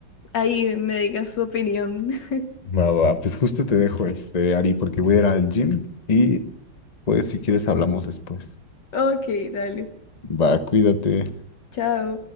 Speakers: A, on the left; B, on the left.
A: ahí me digas tu opinión. <laughs>
B: Va, va, pues justo te dejo este, Ari, porque voy a ir al gym y pues si quieres hablamos después.
A: Ok, dale.
B: Va, cuídate.
A: Chao.